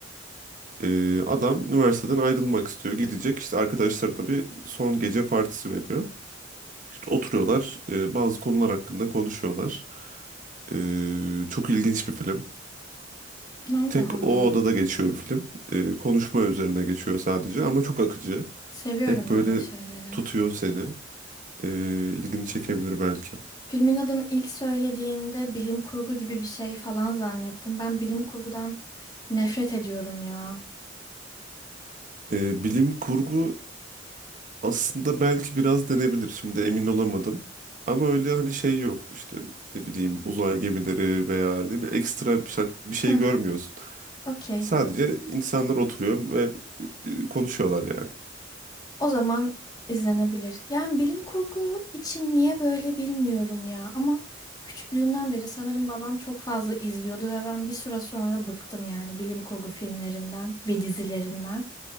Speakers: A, on the right; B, on the left.
A: E, adam üniversiteden ayrılmak istiyor. Gidecek işte arkadaşlarına bir son gece partisi veriyor. İşte oturuyorlar e, bazı konular hakkında konuşuyorlar. E, çok ilginç bir film.
B: Allah
A: Tek
B: Allah.
A: o odada geçiyor bir film. Ee, konuşma üzerine geçiyor sadece ama çok akıcı.
B: Seviyorum
A: Hep böyle
B: öyle şeyleri.
A: tutuyor seni. Ee, ilgini çekebilir belki.
B: Filmin adını ilk söylediğinde bilim kurgu gibi bir şey falan zannettim. Ben bilim kurgudan nefret ediyorum ya.
A: Ee, bilim kurgu aslında belki biraz denebilir. Şimdi emin olamadım. Ama öyle hani şey yok işte ne bileyim uzay gemileri veya ne bileyim ekstra bir şey, bir şey
B: Heh,
A: görmüyorsun.
B: okey.
A: Sadece insanlar oturuyor ve e, konuşuyorlar yani.
B: O zaman izlenebilir. Yani bilim kurgu için niye böyle bilmiyorum ya. Ama küçüklüğümden beri sanırım babam çok fazla izliyordu ve ben bir süre sonra bıktım yani bilim kurgu filmlerinden ve dizilerinden.